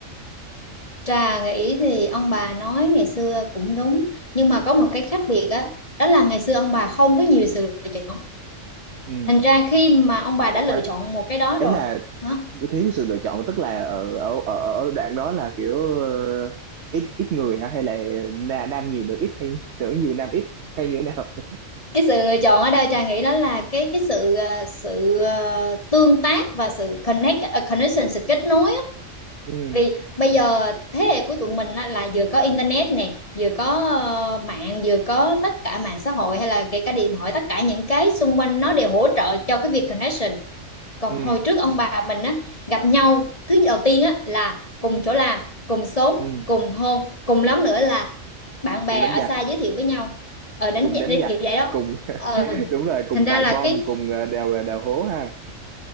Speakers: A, on the left; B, on the right.
A: Trà nghĩ thì ông bà nói ngày xưa cũng đúng nhưng mà có một cái khác biệt á đó, là ngày xưa ông bà không có nhiều sự lựa chọn
B: ừ
A: thành ra khi mà ông bà đã
B: còn
A: lựa
B: khoan
A: chọn một cái đó
B: ấy
A: rồi
B: là
A: hả
B: nó thiếu sự lựa chọn tức là ở ở ở, ở đoạn đó là kiểu ờ, ít ít người hả hay là na- nam nhiều nữ ít hay <laughs> nữ nhiều nam ít hay như thế nào <laughs>
A: cái sự lựa chọn ở đây Trà nghĩ đó là cái cái sự ờ, sự ờ, tương tác và sự connect ờ, connection sự kết nối á.
B: ừ
A: vì bây giờ thế hệ của tụi mình á, là vừa có internet nè vừa có ờ, mạng vừa có tất cả mạng xã hội hay là kể cả điện thoại tất cả những cái xung quanh nó đều hỗ trợ cho cái việc connection còn
B: ừ
A: hồi trước ông bà mình á gặp nhau thứ đầu tiên á là cùng chỗ làm cùng xóm
B: ừ
A: cùng thôn cùng lắm nữa là bạn bè
B: cùng đánh
A: ở
B: giặc
A: xa giới thiệu với nhau ở đánh
B: cùng
A: giá
B: đánh
A: đấy
B: giặc
A: kiểu vậy đó
B: cùng
A: ờ
B: <laughs> đúng rồi cùng
A: thành ra
B: cài
A: là
B: bom
A: cái
B: cùng ờ, đào đào hố ha